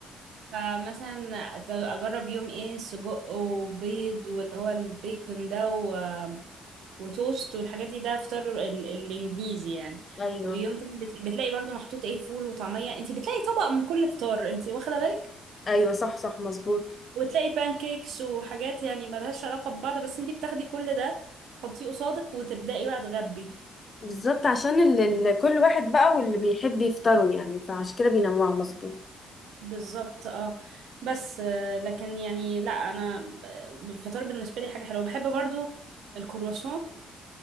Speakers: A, on the right; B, on the left.
A: فمثلا أت- أجرب يوم ايه سجق وبيض واللي هو البيكون ده و- وتوست والحاجات دي ده فطار ال- الإنجليزي يعني
B: ايوه
A: ويوم تاني بت- بتلاقي برضو محطوط ايه فول وطعمية انتي بتلاقي طبق من كل فطار انتي واخدة بالك
B: ايوه صح صح مظبوط
A: وتلاقي بانكيكس وحاجات يعني ملهاش علاقة ببعض بس انتي بتاخدي كل ده تحطيه قصادك وتبدأي بقى تغبي
B: بالظبط عشان اللي كل واحد بقى واللي بيحب يفطروا يعني فعشان كده بينوعوا مظبوط
A: بالظبط اه بس آه، لكن يعني لا انا ب- الفطار بالنسبه لي حاجه حلوه بحب برضو الكرواسون